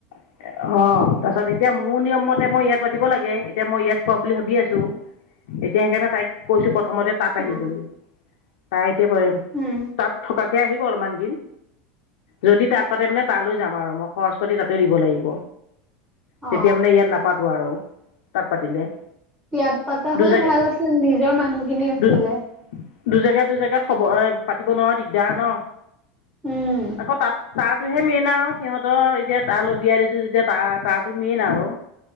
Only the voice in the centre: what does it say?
উম
উম
অ
ইয়াত পাতা
হৈও ভাল আছিলে নিজৰ মানুহখিনি আছিলে।
উম